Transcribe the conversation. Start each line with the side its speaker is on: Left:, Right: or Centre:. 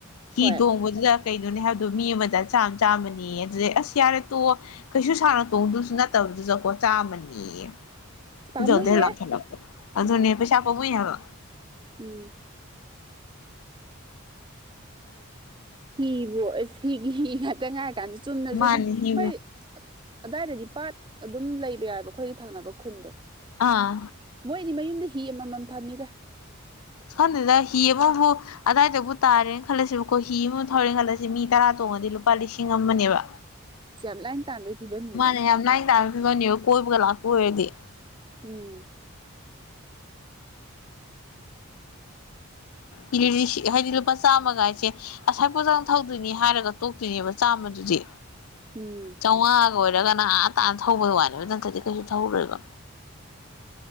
Left: ꯍꯤ
Right: ꯍꯣꯏ
Left: ꯇꯣꯡꯕ ꯗꯨꯗ ꯀꯩꯅꯣꯅꯦ ꯍꯥꯏꯕꯗꯨꯕꯣ ꯃꯤ ꯑꯃꯗ ꯆꯥꯝ ꯆꯥꯝꯃꯅꯦꯌꯦ ꯑꯗꯨꯗꯩ ꯑꯁ ꯌꯥꯔꯦ ꯇꯣꯛꯑꯣ ꯀꯩꯁꯨ ꯁꯥꯡꯅ__ ꯇꯣꯡꯗꯧꯁꯨ ꯅꯠꯇꯕꯗꯨꯗꯀꯣ ꯆꯥꯝꯃꯅꯦꯌꯦ
Right: ꯄꯥꯝꯃꯨꯏꯍꯦ
Left: ꯈꯣꯏꯗꯧꯗꯣ ꯍꯦꯛ ꯂꯪꯈꯠ ꯂꯛꯄ ꯑꯗꯨꯅꯦ
Right: ꯎꯝ
Left: ꯄꯩꯁꯥ ꯄꯥꯝꯃꯨꯏ ꯍꯥꯏꯕ
Right: ꯎꯝ ꯍꯤꯕꯨ ꯑꯁ ꯍꯤꯒꯤ ꯍꯤ ꯉꯥꯛꯇ ꯉꯥꯏꯔꯀꯥꯟꯖꯤꯗ ꯆꯨꯝꯅꯁꯨ
Left: ꯃꯥꯅꯤ
Right: ꯑꯗꯨꯝ
Left: ꯍꯤ
Right: ꯈꯣꯏ ꯑ__ ꯑꯗ꯭ꯋꯥꯏꯗꯗꯤ ꯄꯥꯠ ꯑꯗꯨꯝ ꯂꯩꯕ ꯌꯥꯎꯌꯦꯕ ꯑꯩꯈꯣꯏꯒꯤ ꯊꯪꯅꯕ ꯈꯨꯟꯗꯣ
Left: ꯑꯥ
Right: ꯃꯣꯏꯗꯤ ꯃꯌꯨꯝꯗ ꯍꯤ ꯑꯃꯃꯝ ꯊꯝꯃꯤꯗ
Left: ꯈꯪꯗꯦꯗꯥ ꯍꯤ ꯑꯃꯕꯨ ꯑꯗꯥꯏꯗꯕꯨ ꯇꯥꯔꯦꯅ ꯈꯜꯂꯁꯦꯕꯀꯣ ꯍꯤ ꯑꯃꯕꯨ ꯊꯧꯔꯦꯅ ꯈꯜꯂꯁꯦ ꯃꯤ ꯇꯔꯥ ꯇꯣꯡꯉꯗꯤ ꯂꯨꯄꯥ ꯂꯤꯁꯤꯡ ꯑꯃꯅꯦꯕ
Right: <inaudible> ꯂꯥꯏꯅ ꯇꯥꯟꯕꯒꯤ ꯐꯤꯕꯝꯅꯤꯅꯦ
Left: ꯃꯥꯅꯦ ꯌꯥꯝ ꯂꯥꯏꯅ ꯇꯥꯟꯕꯩ ꯐꯤꯕꯝꯅꯦꯕ ꯀꯣꯏꯕꯒ ꯂꯥꯛꯄ ꯑꯣꯏꯔꯗꯤ
Right: ꯎꯝ
Left: <unintelligible> ꯍꯥꯏꯗꯤ ꯂꯨꯄꯥ ꯆꯥꯝꯃ ꯀꯥꯏꯁꯦ ꯑꯁꯥꯏ ꯐꯧꯇꯪ ꯊꯧꯗꯣꯏꯅꯤ ꯍꯥꯏꯔꯒ ꯇꯣꯛꯇꯣꯏꯅꯦꯕ ꯆꯥꯝꯃꯗꯨꯗꯤ
Right: ꯎꯝ
Left: ꯆꯥꯝꯉꯥꯒ ꯑꯣꯏꯔꯒ ꯑꯥ ꯇꯥꯟꯅ ꯊꯧꯕꯩ ꯋꯥꯅꯦꯕ ꯅꯠꯇꯗꯤ ꯀꯩꯁꯨ ꯊꯧꯔꯣꯏꯕ